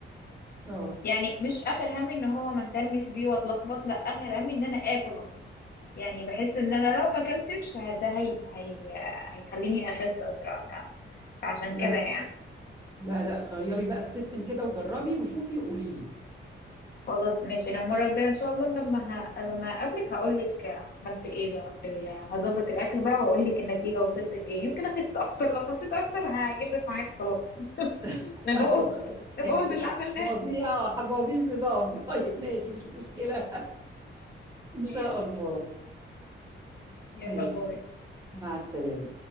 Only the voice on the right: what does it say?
اه
لا
لا لا غيري بقى السيستم كده وجربي وشوفي وقولي لي
<laughs>
طيب
خلاص
ماشي
هتبوظي لي اه هتبوظي لي النظام <laughs> طيب ماشي مش مشكلة إن
شاء الله
ماشي
مع السلامة